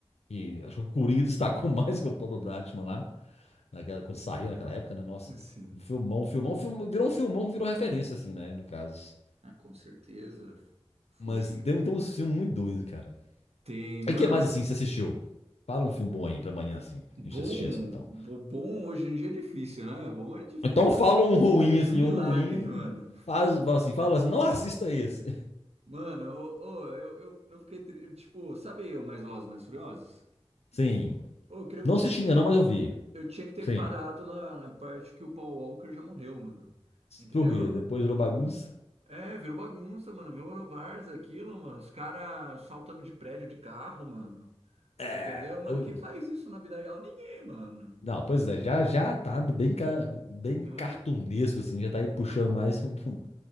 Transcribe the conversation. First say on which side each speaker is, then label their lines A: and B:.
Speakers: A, on the left; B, on the right.
A: E acho que o Coringa destacou <laughs> mais que o próprio Batman lá. Naquela, quando saiu naquela época, né? Nossa,
B: sim.
A: um filmão, um filmão, um filmão, virou um filmão que virou referência, assim, né? No caso.
B: Ah, com certeza. Foi.
A: Mas deu então um filme muito doido, cara.
B: Tem, mano.
A: E o que mais, assim, você assistiu? Fala um filme bom aí pra amanhã, assim.
B: Bom,
A: A gente assistir, assim, tal.
B: bo- bom hoje em dia é difícil, né? Bom é difícil,
A: Então fala
B: sabe?
A: um ruim,
B: Tá pedindo
A: assim,
B: um milagre,
A: um ruim.
B: <laughs> mano.
A: Faz, fala assim, fala assim, não assista esse.
B: Mano, ô, ô, eu, eu, eu fiquei, tri- tipo, sabe o Mais Velozes e Mais Furiosos?
A: Sim.
B: Ô, eu creio
A: Não
B: que tinha
A: assisti
B: que ter,
A: ainda não, mas eu vi.
B: eu tinha que ter
A: Sim.
B: parado lá na parte que o Paul Walker já morreu, mano. Entendeu?
A: Por quê? Depois virou bagunça?
B: É, virou bagunça, mano. Virou várzea aquilo, mano. Os caras saltando de prédio de carro, mano.
A: É.
B: Entendeu? Mano,
A: eu-
B: quem faz isso na vida real? Ninguém, mano.
A: Não, pois é, já, já tá do bem, ca- bem
B: É,
A: cartunesco, assim, já tá aí puxando mais pro, pro-